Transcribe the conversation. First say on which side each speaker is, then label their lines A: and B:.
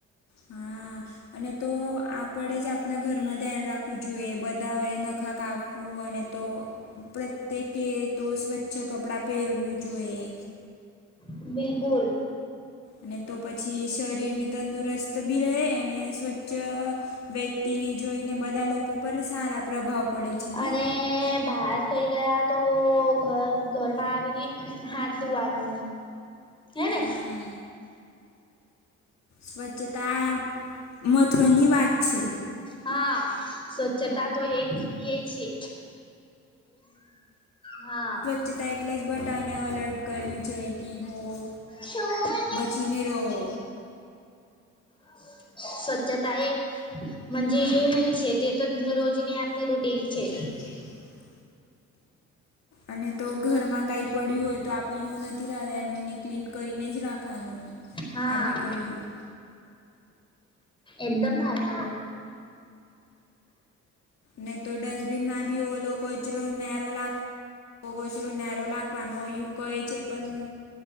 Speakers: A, on the left (about 60°); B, on the left (about 15°).
A: હા અને તો આપણેે જ આપના ઘરમાં ધ્યાન રાખવું જોઈએ બધાઓએ નખા કાપવું અને તો પ્રત્યેકે તો સ્વચ્છ છ કપડાં પહેરવું જોઈએ
B: બિલકુલ
A: અને તો પછી શરીરની તંદુરસ્ત બી રહે અને સ્વચ્છ વ્યક્તિને જોઈને બધા લોકો પર સારા પ્રભાવ પડે છે
B: અને
A: ને
B: બહાર કઈ ગયા તો ઘર ઘરમાં આવીને હાથ દુવાનું, હે ને?
A: હા સ્વચ્છતા મહત્વની વાત છે.
B: હા સ્વચ્છતા તો એક એ છે. હા.
A: ચતાં એટલે જ બટાને અલર્ટ કર્યું છે કી બૂ.
B: શવા
A: બચીને રહો.
B: <inaudible> સ્વચ્છતા એક, મંજે
A: હા
B: <unintelligible> છે તે તો રોજની આપની રૂટીન છે.
A: <unintelligible> અને તો ઘરમાં કઈ પડ્યું હોય તો આપે એવું નથી રહ્યાનું એને ક્લીન કરીને જ રાખવાનું.
B: હા.
A: આ બી કહ્યું
B: એકદમ સાચી વા.
A: ને તો ડસ્ટબિનમાં ભી ઓલો કચરો નેરોલા <unintelligible> કચરો રો લખવાનો યું કહે છે પણ